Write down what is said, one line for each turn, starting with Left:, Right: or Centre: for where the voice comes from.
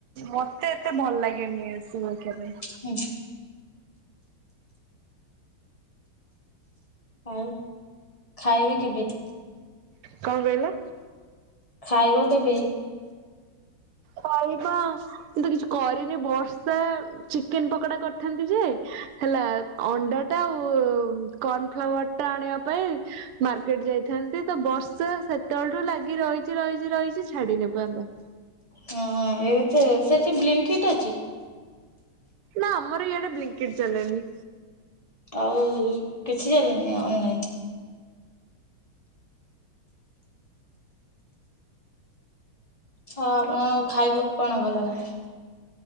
Right: ମତେ ଏତେ ଭଲ ଲାଗେନି ରିଲ୍ସ ଦେଖିବା ପାଇଁ।
Left: ହୁଁ। ଆଉ ଖାଇବେ କେବେ।
Right: କଣ କହିଲ।
Left: ଖାଇବ କେବେ।
Right: ଖା, ମୁ ତ କିଛି କରିନି ବର୍ଷା ଚିକେନ ପକୋଡା କରିଥାନ୍ତି ଯେ। ହେଲା ଅଣ୍ଡା ଟା ଆଉ କର୍ଣ ଫ୍ଲାୱାରା। ଅଟା ଆଣିବା ପାଇଁ ମାର୍କେଟ ଯାଇଥାନ୍ତି। ତ ବର୍ଷା ସେତେବେଳଠୁ ଲାଗି ରହି ଛି ରହିଛି ରହିଛି ଛାଡିନି ଏ ପର୍ଯ୍ୟନ୍ତ।
Left: ହଁ, ଏବେ ତ ସେଠି ବ୍ଲିନ୍ କିଟ୍ ଅଛି।
Right: ନା ଆମର ଇଆଡେ ବ୍ଲିନ କିଟ୍ ଚାଲେନି।
Left: ଆଉ କିଛି ଚାଲିଲାନି ଅନଲାଇନ। ହଁ ଆପଣକୁ ଖାଇବାକୁ କଣ ଭଲ ଲାଗେ।